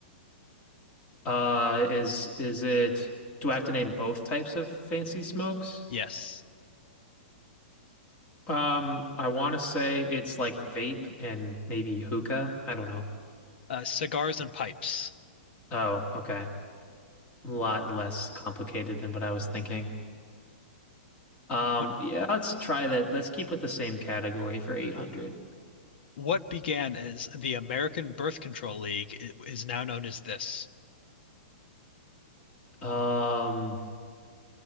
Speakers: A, on the left; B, on the left.
A: Uh, is is it? Do I have to name both types of fancy smokes?
B: Yes,
A: Um, I want to say it's like vape and maybe hookah. I don't know.
B: uh, cigars and pipes.
A: Oh, okay. A lot less complicated than what I was thinking. Um,
B: What,
A: yeah, let's try that. Let's keep with the same category for 800.
B: what began as the American Birth Control League i- is now known as this.
A: Um,